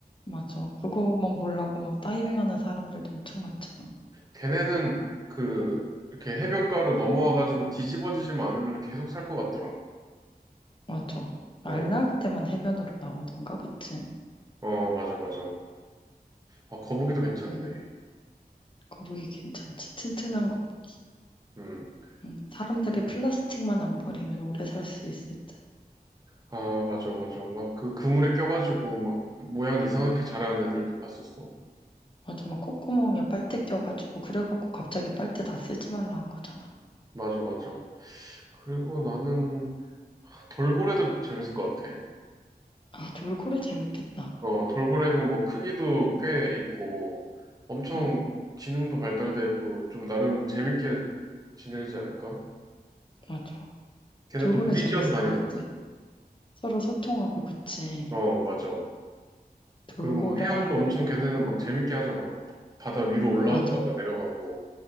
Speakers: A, on the left; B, on the right.
A: 맞아. 그거만 보려고 막 다이빙하는 사람들도 엄청 많잖아.
B: 걔네는 그, 이렇게 해변가로 넘어와가지고 뒤집어지지 않으면 계속 살 것 같더라.
A: 맞아. 알
B: 어,
A: 낳을 때만 해변으로 나오던가, 그치?
B: 어, 맞아, 맞아. 아, 거북이도 괜찮네.
A: 음, 거북이 괜찮지. 튼튼한
B: 음,
A: 거북이.
B: 음.
A: 음, 사람들이 플라스틱만 안 버리면 오래 살 수 있을 듯.
B: 아, 맞아, 맞아. 막 그 그물에 껴가지고 막 모양 이상하게 자라는 애들도 봤었어.
A: 맞아, 막 콧구멍에 빨대 껴가지고, 그래갖고 갑자기
B: 음,
A: 빨대 다 쓰지 말라 한 거잖아.
B: 맞아, 맞아. 그리고 나는 돌고래도 재밌을 것 같아.
A: 아, 돌고래 재밌겠다.
B: 어, 돌고래는 뭐 크기도 꽤 있고 엄청
A: 응,
B: 지능도 발달돼 있고 좀 나름 재밌게 지내지 않을까?
A: 맞아.
B: 걔네
A: 돌고래
B: 또 무리지어서
A: 재밌을
B: 다니더만.
A: 것 같아. 서로 소통하고, 그치?
B: 어, 맞아.
A: 돌고래,
B: 그리고 막 헤엄도 엄청 걔네는
A: 음,
B: 막 재밌게 하잖아. 바다 위로 올라왔다가
A: 맞아.
B: 내려가고,